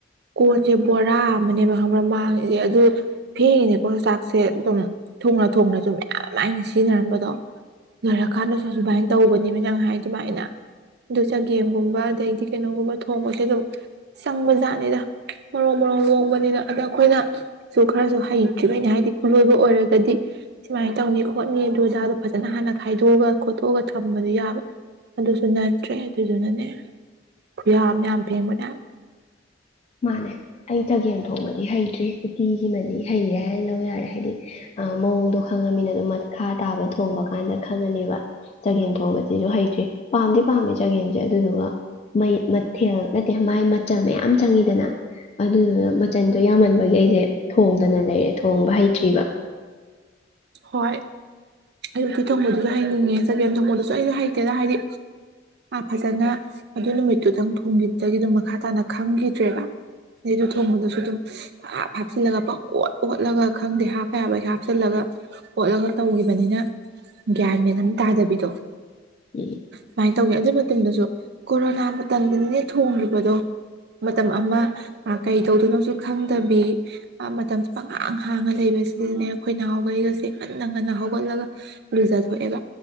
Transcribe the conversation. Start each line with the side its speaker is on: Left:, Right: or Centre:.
Right: ꯀꯣꯟꯁꯦ ꯕꯣꯔꯥ ꯑꯃꯅꯦꯕ ꯈꯪꯕ꯭ꯔ ꯃꯥꯡꯉꯤꯁꯦ ꯑꯗꯨ ꯐꯦꯡꯉꯦꯅꯦꯀꯣ ꯆꯥꯛꯁꯦ ꯑꯗꯨꯝ ꯊꯣꯡꯅ ꯊꯣꯡꯅꯁꯨ ꯃꯌꯥꯝ ꯂꯥꯏꯅ ꯁꯤꯖꯤꯟꯅꯔꯝꯕꯗꯣ ꯂꯩꯣꯏꯔ ꯀꯥꯟꯗꯁꯨ ꯁꯨꯃꯥꯏꯅ ꯇꯧꯕꯅꯤꯃꯤ ꯅꯪ ꯍꯥꯏ ꯑꯗꯨꯃꯥꯏꯅ ꯑꯗꯨ ꯆꯒꯦꯝꯒꯨꯝꯕ ꯑꯗꯩꯗꯤ ꯀꯩꯅꯣꯒꯨꯝꯕ ꯊꯣꯡꯕꯁꯦ ꯑꯗꯨꯝ ꯆꯪꯕ ꯖꯥꯠꯅꯤꯗ ꯃꯔꯣꯡ ꯃꯔꯣꯡ ꯂꯣꯡꯕꯅꯤꯅ ꯑꯗ ꯑꯩꯈꯣꯏꯅꯁꯨ ꯈꯔꯁꯨ ꯍꯩꯇ꯭ꯔꯤꯕꯅꯤ ꯍꯥꯏꯗꯤ ꯈꯨꯂꯣꯏꯕ ꯑꯣꯏꯔꯒꯗꯤ ꯁꯨꯃꯥꯏꯅ ꯇꯧꯅꯤ ꯈꯣꯠꯅꯤ ꯑꯗꯨ ꯑꯗꯥꯗꯣ ꯐꯖꯅ ꯍꯥꯟꯅ ꯈꯥꯏꯗꯣꯛꯑꯒ ꯈꯣꯠꯇꯣꯛꯑꯒ ꯊꯝꯕꯗꯤ ꯌꯥꯕ ꯑꯗꯨꯁꯨ ꯅꯠꯇ꯭ꯔꯦ ꯑꯗꯨꯗꯨꯅꯅꯦ ꯈꯨꯌꯥ ꯑꯃ ꯌꯥꯝ ꯐꯦꯡꯕꯅꯦ
Left: ꯃꯥꯅꯦ ꯑꯩ ꯆꯒꯦꯝ ꯊꯣꯡꯕꯗꯤ ꯍꯩꯇ꯭ꯔꯤ ꯎꯇꯤꯁꯤꯃꯗꯤ ꯍꯩꯔꯦ ꯍꯥꯏꯅ ꯂꯧ ꯌꯥꯔꯦ ꯍꯥꯏꯗꯤ ꯑ ꯃꯑꯣꯡꯗꯣ ꯈꯪꯉꯃꯤꯅ ꯑꯗꯨꯣ ꯃꯈꯥ ꯇꯥꯕꯗ ꯊꯣꯡꯕ ꯀꯥꯟꯗ ꯈꯪꯉꯅꯦꯕ ꯆꯒꯦꯝ ꯊꯣꯡꯕꯁꯤꯁꯨ ꯍꯩ ꯄꯗꯤ ꯄꯥꯕꯤ ꯆꯖꯒ ꯑꯗꯨꯗꯨꯒ ꯃꯊꯦꯜ ꯅꯠꯇꯦ ꯃꯥꯏ ꯃꯆꯜ ꯃꯌꯥꯝ ꯆꯪꯉꯤꯗꯅ ꯑꯗꯨꯗꯨꯅ ꯃꯆꯟꯗꯣ ꯌꯥꯝꯃꯟꯕꯒꯤ ꯑꯩꯁꯦ ꯊꯣꯡꯗꯅ ꯂꯩꯔꯦ ꯊꯣꯡꯕ ꯍꯩꯇ꯭ꯔꯤꯕ
Right: ꯍꯣꯏ ꯑꯌꯨꯛꯀꯤ ꯊꯣꯡꯕꯜꯗꯨꯁꯨ ꯍꯌꯦꯡ ꯌꯦꯡꯖꯒꯦ ꯊꯣꯡꯒꯜꯗꯨꯁꯨ ꯑꯩꯁꯨ ꯍꯩꯇꯦꯗ ꯍꯥꯏꯗꯤ ꯐꯖꯅ ꯑꯗꯨ ꯅꯨꯃꯤꯠꯇꯨꯗꯪ ꯊꯣꯡꯈꯤꯕꯗꯒꯤ ꯑꯗꯨꯝ ꯃꯈꯥ ꯇꯥꯅ ꯈꯪꯈꯤꯗ꯭ꯔꯦꯕ ꯑꯗꯩꯗꯨ ꯊꯣꯡꯕꯗꯨꯁꯨ ꯑꯗꯨꯝ ꯍꯥꯞ ꯍꯥꯞꯆꯤꯜꯂꯒ ꯄꯪ ꯑꯣꯠ ꯑꯣꯠꯂꯒ ꯈꯪꯗꯦ ꯍꯥꯞꯄ ꯌꯥꯕꯩꯁ ꯍꯥꯞꯆꯤꯜꯂꯒ ꯑꯣꯠꯂꯒ ꯇꯧꯈꯤꯕꯅꯤꯅ ꯒ꯭ꯌꯥꯟ ꯃꯦꯟ ꯑꯃꯇ ꯇꯥꯗꯕꯤꯗꯣ
Left: ꯎꯝ
Right: ꯁꯨꯃꯥꯏꯅ ꯇꯧꯒꯦ ꯑꯗꯨ ꯃꯇꯝꯗꯁꯨ ꯀꯣꯔꯣꯅꯥ ꯃꯇꯝꯗꯅꯤꯅꯦ ꯊꯣꯡꯂꯤꯨꯕꯗꯣ ꯃꯇꯝ ꯑꯃ ꯀꯩ ꯇꯧꯗꯣꯏꯅꯣꯁꯨ ꯈꯪꯗꯕꯤ ꯃꯇꯝꯁ ꯄꯪꯉꯥꯡ ꯍꯥꯡꯉ ꯂꯩꯕꯁꯤꯗꯅꯦ ꯑꯩꯈꯣꯏ ꯅꯍꯥꯟꯈꯩꯒꯁꯦ ꯉꯟꯅ ꯉꯟꯅ ꯍꯧꯒꯠꯂꯒ ꯂꯨꯖꯊꯣꯛꯑꯩꯕ